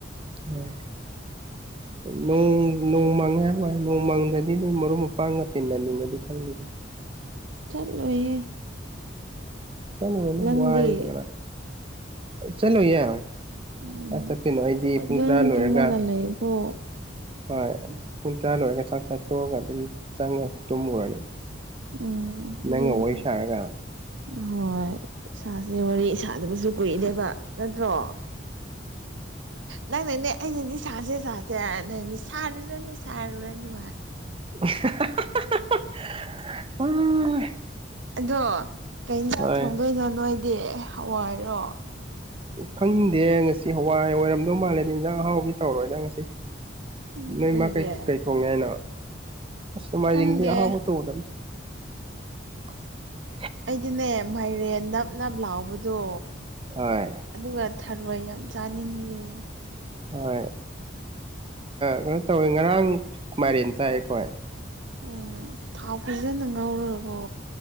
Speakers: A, on the right (about 30°); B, on the right (about 75°).
A: <inaudible>
B: <inaudible>
A: ꯅꯣꯡ ꯅꯣꯡ ꯃꯪꯉꯦ ꯍꯥꯏꯕ ꯋꯥꯅꯦ ꯅꯣꯡꯃꯪꯗꯗꯤ ꯅꯣꯏ ꯃꯔꯨꯞ ꯃꯄꯥꯡꯒ ꯇꯤꯟꯅꯅꯤꯡꯉꯗꯤ ꯈꯪꯗꯦꯗ
B: ꯆꯠꯂꯣꯏꯍꯦ
A: ꯆꯠꯂꯨꯔꯅꯨ
B: ꯅꯪꯗꯤ
A: ꯋꯥꯏꯌꯦꯕ ꯉꯔꯥꯡ ꯆꯂꯣꯢꯌꯦ ꯑꯁ
B: ꯎꯝ
A: ꯆꯠꯇꯣꯏꯅꯣ ꯑꯩꯗꯤ
B: ꯑꯗꯨꯝ
A: ꯄꯨꯡ ꯇꯔꯥ ꯂꯣꯏꯔꯒ
B: ꯇꯨꯝꯃꯒ ꯂꯩꯕꯣ
A: ꯍꯣꯏ ꯄꯨꯡ ꯇꯔꯥ ꯂꯣꯏꯔꯒ ꯆꯥꯛ ꯆꯥ ꯇꯣꯛꯑꯒ ꯑꯗꯨꯝ ꯆꯪꯉ ꯇꯨꯝꯃꯨꯔꯅꯤ
B: ꯎꯝ ꯑꯗꯨꯅ
A: ꯅꯪꯒ ꯋꯥꯔꯤ
B: ꯐꯩ
A: ꯁꯥꯔꯒ
B: ꯍꯣꯏ ꯁꯥꯁꯦ ꯋꯥꯔꯤ ꯁꯥꯗꯥꯕꯁꯨ ꯀꯨꯏꯔꯦꯕ ꯅꯠꯇ꯭ꯔꯣ ꯅꯪꯅꯅꯦ ꯑꯩꯅꯗꯤ ꯆꯥꯖꯦ ꯆꯥꯖꯦ ꯍꯥꯢ ꯅꯣꯢ ꯁꯥꯔꯨꯔꯅꯨ ꯁꯥꯔꯨꯔꯅꯨ
A: <unintelligible>
B: ꯑꯗꯣ ꯀꯩ ꯌꯦꯟꯁꯥꯡ
A: ꯍꯣꯏ
B: ꯊꯣꯡꯗꯣꯏꯅꯣ ꯅꯣꯏꯗꯤ ꯍꯋꯥꯏꯔꯣ
A: ꯈꯪꯗꯦ ꯉꯁꯤ ꯍꯋꯥꯏ ꯑꯣꯏꯔꯝꯗꯧ ꯃꯥꯜꯂꯦꯗ ꯏꯟꯖꯥꯡ ꯑꯍꯥꯎꯕꯗꯤ ꯇꯧꯔꯣꯏꯗ ꯉꯁꯤ
B: ꯎꯝ
A: ꯅꯣꯏ
B: ꯀꯩꯒꯤ
A: ꯃꯥ ꯀꯩ ꯊꯣꯡꯉꯦ ꯍꯥꯏꯅ ꯑꯁ ꯅꯣꯡꯃꯥꯏꯖꯤꯡꯗꯤ
B: ꯈꯪꯗꯦ
A: ꯑꯍꯥꯎꯕ ꯇꯧꯗꯝꯅꯤ <inaudible>
B: ꯑꯩꯗꯤꯅꯦ ꯃꯥꯏꯔꯦꯟ ꯅꯞ ꯅꯞ ꯂꯥꯎꯕꯗꯣ
A: ꯍꯣꯏ
B: ꯑꯗꯨꯒ ꯊꯔꯣꯏ ꯌꯥꯝ ꯆꯥꯅꯤꯡꯉꯦ
A: ꯍꯣꯏ ꯀꯩꯅꯣ ꯇꯧꯋꯦ ꯉꯔꯥꯡ ꯃꯥꯏꯔꯦꯟ ꯆꯥꯏ ꯑꯩꯈꯣꯏ
B: ꯎꯝ ꯊꯥꯎ ꯐꯖꯅ ꯉꯧꯔꯒꯀꯣ